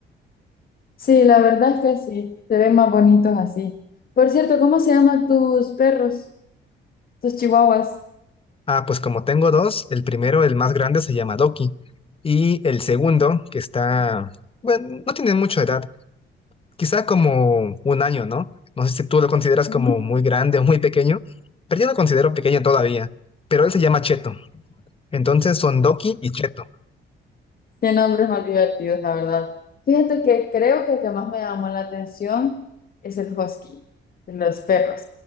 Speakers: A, on the left; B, on the left.
A: Sí, la verdad es que sí, se ven más bonitos así. Por cierto, ¿cómo se llaman tus perros, tus chihuahuas?
B: Ah, pues como tengo dos, el primero, el más grande, se llama Doki. Y el segundo, que está, bueno, no tiene mucha edad, quizá como un año, ¿no? No sé si tú lo consideras
A: Ujú.
B: como muy grande o muy pequeño, pero yo lo considero pequeño todavía. Pero él se llama Cheto. Entonces son Doki y Cheto.
A: Qué nombres más divertidos, la verdad. Fíjate que creo que el que más me llamó la atención es el husky, de los perros.